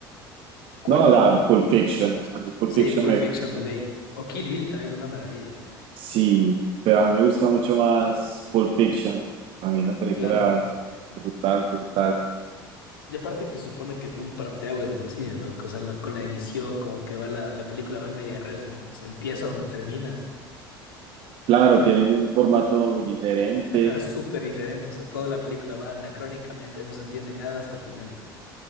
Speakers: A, on the left (about 70°); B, on the right (about 50°).
A: ¿Cuál?
B: No, la Pulp Fiction, a mí Pulp
A: Sí,
B: Fiction
A: Pulp
B: me
A: Fiction
B: gusta.
A: de ley. O Kill Bill también es una maravilla.
B: Sí, pero a mí me gusta mucho más Pulp Fiction. A mí esa película
A: Claro.
B: es brutal, brutal.
A: Y aparte que supone que fue un parteaguas en el cine, ¿no? O sea, en lo- con la edición, como que va la, la película va en media res, ¿no? O sea, empieza donde termina.
B: Claro, tiene un formato diferente,
A: Ajá, súper diferente. O sea, toda la película va anacrónicamente, no se entiende nada hasta el final.